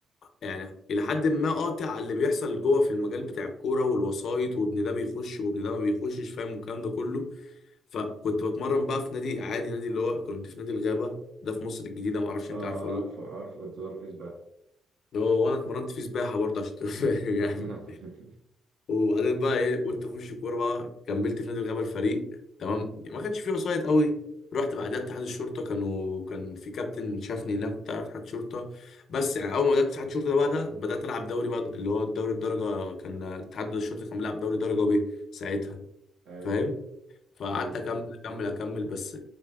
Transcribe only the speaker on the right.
آه،
عارفه
عارفه كنت ظرف سباحه
<laughs>
ايوه
ايوه